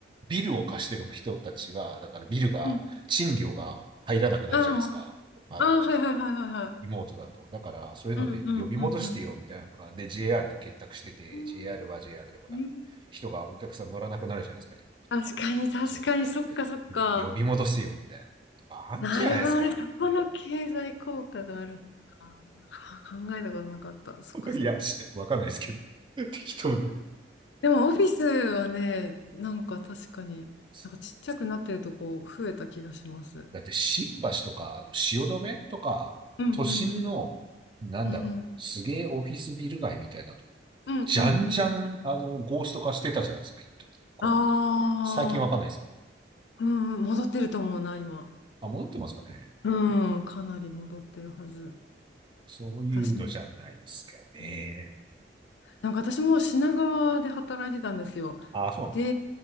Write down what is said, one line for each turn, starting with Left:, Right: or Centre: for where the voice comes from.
Right: ビルを貸してる人たちは、だからビルが、
Left: うん。
Right: 賃料が入らなくなるじゃないですか。
Left: ああ、もう
Right: あの、
Left: ああ、はいはいはいはいはい。
Right: リモートだと。だからそういうので呼び戻してよみたいなのが、
Left: うんうんうんうん。
Right: で、JR と結託してて、
Left: うーんうん
Right: JR は JR でほら、人がお客さん乗らなくなるじゃないですか。リモートとかそう、
Left: 確かに確かに、
Right: なんか
Left: そっかそっか。
Right: 呼び戻せよみたいなのとかあるんじゃないですかね。
Left: なるほどね。そこの経済効果があるのか。はあー考えたことなかった。そっかそっか。
Right: いや、しわかんないですけど。<laughs> 適当だ。
Left: でもオフィスはね、なんか確かに、
Right: <laughs>
Left: なんかちっちゃくなってるとこ増えた気がします。
Right: だって新橋とか、あの、汐留とか、
Left: うんうんうん。
Right: 都心の、なんだろう、
Left: うんうん。
Right: すげえオフィスビル街みたいなとこ、
Left: うんうんうん。
Right: じゃんじゃん、あの、ゴースト化してたじゃないですか、一時コロナで。
Left: ああ、
Right: 最近わかんないですけど。
Left: うんうん、戻ってると思うな、今。
Right: あ、戻ってますかね。
Left: うん、かなり戻ってるはず。
Right: そういうのじゃないですかね。
Left: 私も。うんなんか私も品川で働いてたんですよ。
Right: ああ、そうなのか。
Left: で、